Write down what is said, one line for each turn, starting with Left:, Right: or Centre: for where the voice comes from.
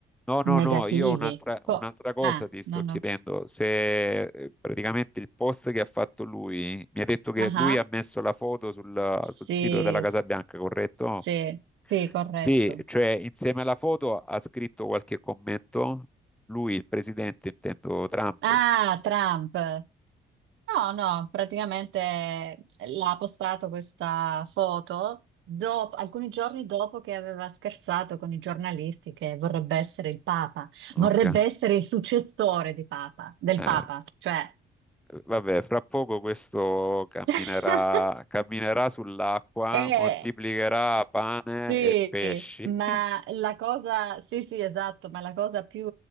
Centre: No, no,
Right: negativi.
Centre: no, io un'altra
Right: Co-
Centre: un'altra cosa
Right: ah,
Centre: ti sto
Right: non
Centre: chiedendo,
Right: ho...
Centre: se eh, praticamente il post che ha fatto lui, mi ha detto che
Right: Ah,
Centre: lui ha messo la foto sul,
Right: sì,
Centre: sul sito della Casa
Right: s-
Centre: Bianca, corretto?
Right: sì, sì, corretto.
Centre: Sì, cioè insieme alla foto ha scritto qualche commento, lui, il presidente, intendo Trump.
Right: Ah, Trump. No, no, praticamente eh, l'ha postato questa foto dopo- alcuni giorni dopo che aveva scherzato con i giornalisti che vorrebbe essere il Papa,
Centre: Ok,
Right: vorrebbe essere il successore di Papa, del
Centre: eh,
Right: Papa, cioè.
Centre: vabbè, fra poco questo camminerà,
Right: <laughs>
Centre: camminerà sull'acqua,
Right: E-
Centre: moltiplicherà pane
Right: sì,
Centre: e pesci.
Right: ma la cosa,
Centre: <laughs>
Right: sì, sì, esatto, ma la cosa più,